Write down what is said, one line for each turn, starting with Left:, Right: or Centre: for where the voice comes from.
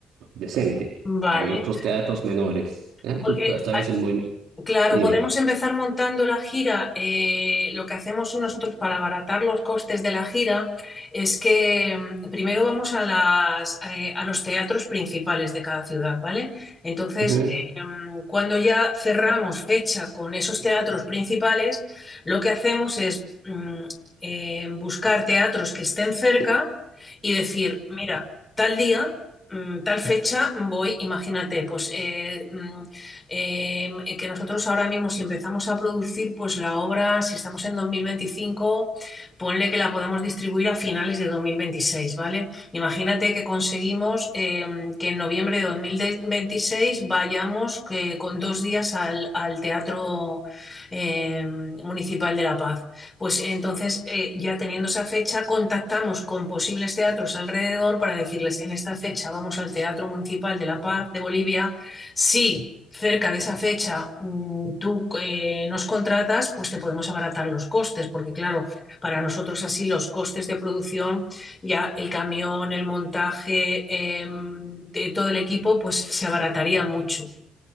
Right: decente.
Left: vale.
Right: Hay otros teatros menores, ¿eh?
Left: Porque
Right: Tú, tú- esta vez el muy,
Left: Claro,
Right: dime.
Left: podemos empezar montando la gira. eh, lo que hacemos nosotros para abaratar los costes de la gira es que mm, primero vamos a las, eh, a los teatros principales de cada ciudad, ¿vale? Entonces,
Right: Ujú.
Left: eh, mm, cuando ya cerramos fecha con esos teatros principales, lo que hacemos es mm, eh, buscar teatros que estén cerca y decir, mira, tal día, mm, tal fecha voy, imagínate, pues eh, mm, em, eh, que nosotros ahora mismo si empezamos a producir, pues la obra, si estamos en 2025, ponle que la podamos distribuir a finales de 2026, ¿vale? Imagínate que conseguimos eh, que en noviembre de 2026 vayamos eh, con dos días al, al Teatro eh, Municipal de La Paz. Pues entonces, eh, ya teniendo esa fecha, contactamos con posibles teatros alrededor para decirles, en esta fecha vamos al Teatro Municipal de La Paz de Bolivia, sí cerca de esa fecha mm, tú eh, nos contratas, pues te podemos abaratar los costes, porque claro, para nosotros así los costes de producción, ya el camión, el montaje, eh, de todo el equipo, pues se abarataría mucho.